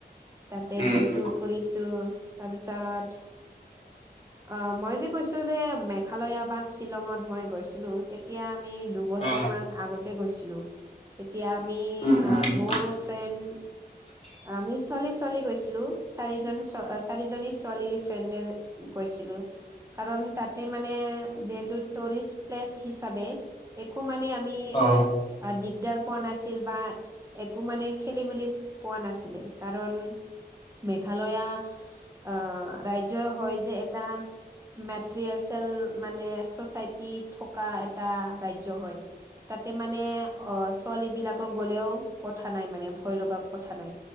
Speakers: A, on the right; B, on the left.
A: তাতে
B: উম,
A: গৈছোঁ,
B: উম,
A: ফুৰিছোঁ তাৰপিছত
B: <inaudible>
A: অ', মই যে কৈছো যে মেঘালয়া বা শ্বিলঙত মই গৈছিলো তেতিয়া আমি দু বছৰ
B: অ',
A: মান আগতে গৈছিলো। তেতিয়া আমি
B: উম, উম,
A: আ মোৰ ফ্ৰেণ্ড আমি ছোৱালী ছোৱালী গৈছিলো। চাৰিজন চ চাৰিজনী ছোৱালী ফ্ৰেণ্ডে গৈছিলো। কাৰণ তাতে মানে যিহেতু টুৰিষ্ট প্লেচ হিচাপে একো মানে আমি
B: অ',
A: আ দিগদাৰ পোৱা নাছিল বা একো মানে খেলি মেলি পোৱা নাছিলে কাৰণ মেঘালয়া আহ ৰাজ্যই হয় যে এটা মেট্ৰিয়াৰ্চেল মানে ছচাইটি থকা এটা ৰাজ্য হয়। তাতে মানে অ, ছোৱালীবিলাকক গ'লেও কথা নাই মানে ভয় লগা কথা নাই।